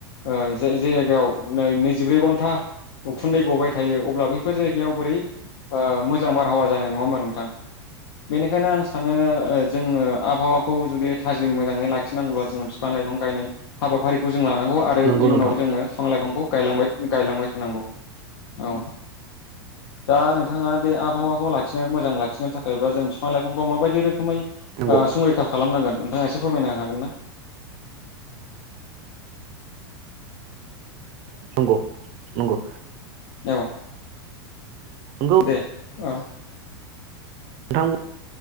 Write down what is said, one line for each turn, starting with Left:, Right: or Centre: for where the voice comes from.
Left: ओ जाय जे जायगायाव नै नैजिब्रै घन्टा उखुन्दै गबाय थायो अब्ला बैफोर जायगायाव बोरै ओ मो मोजां बारहावा जानो नङा होमबा नोंथां बेनिखायनो आं सा सानो जोङो आबहावाखौ जुदि थाजिम मोजाङै लाखिनांगौब्ला जोङो बिफां लाइफां गायनाय हाबाफारिखौ जों लानांगौ आरो
Right: नंगौ
Left: इयुनावबो
Right: नोंथां
Left: जोङो फिफां लाइफांखौ गायलांबाय गायलांबाय थानांगौ। औ दा नोंथाङा बे आबहावाखौ लाखिनो मोजां लाखिनो थाखायबा जों फिफां लाइफांखौ माबायदि रोखोमै ओ
Right: नंगौ
Left: संरैखा खालामनांगोन नोंथाङा एसे फोरमायनो हागोन ना?
Right: नंगौ नंगौ
Left: औ
Right: नंगौ
Left: दे औ
Right: नोंथां